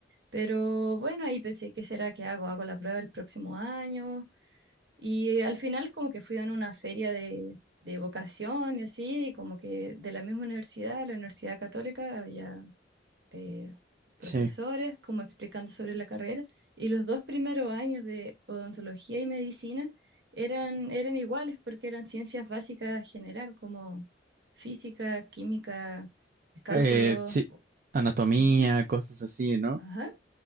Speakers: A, on the right (about 65°); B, on the right (about 45°).
A: pero bueno, ahí pensé, ¿qué será que hago? ¿Hago la prueba el próximo año? Y eh, al final como que fui a una feria de, de vocación y así, como que de la misma universidad, la Universidad Católica, había eh, profesores
B: Sí.
A: como explicando sobre la carrera y los dos primeros años de odontología y medicina eran, eran iguales porque eran ciencias básicas general como física, química, cálculo.
B: Eh, sí, anatomía,
A: Ujú,
B: cosas así, ¿no?
A: Ajá.